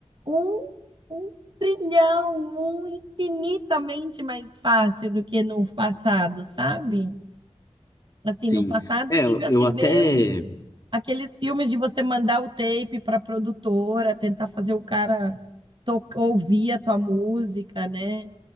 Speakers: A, on the right; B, on the left.
A: um, um trilhão, um infinitamente mais fácil do que no passado, sabe? Assim,
B: Sim.
A: no passado,
B: É,
A: assim,
B: eu
A: ainda
B: eu
A: se
B: até.
A: vê um- aqueles filmes de você mandar o tape para produtora, tentar fazer o cara to- ouvir a tua música, né?